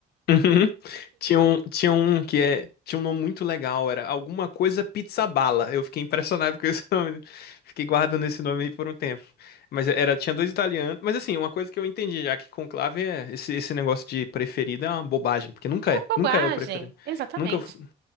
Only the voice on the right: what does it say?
É uma
bobagem.
Exatamente.